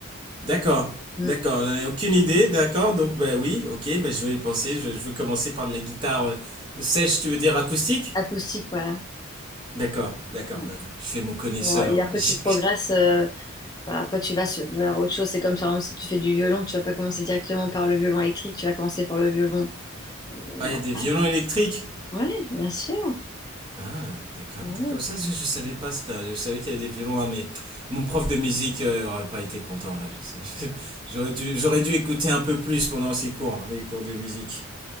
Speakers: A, on the right; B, on the left.
A: D'accord,
B: Hmm.
A: d'accord, j'en ai aucune idée, d'accord, donc ben oui, ok, ben je vais y penser, je, je veux commencer par de la guitare euh, sèche, tu veux dire acoustique?
B: Acoustique, voilà.
A: D'accord, d'accord,
B: Ouais.
A: euh, je fais mon connaisseur.
B: Bon, Et après
A: <laughs>
B: tu progresses, euh, bah, après tu vas se- vers autre chose. C'est comme par exemple si tu fais du violon, tu vas pas commencer directement par le violon électrique, tu vas commencer par le violon euh, normal.
A: Ah, il y a des violons électriques?
B: Ouais, bien sûr.
A: Ah, d'accord,
B: Ouais.
A: d'accord, ça je, je savais pas ça, je savais qu'il y avait des violons, hein, mais mon prof de musique euh, aurait pas été content là, je sais. <laughs> J'aurais dû, j'aurais dû écouter un peu plus pendant ces cours, hein, les cours de musique.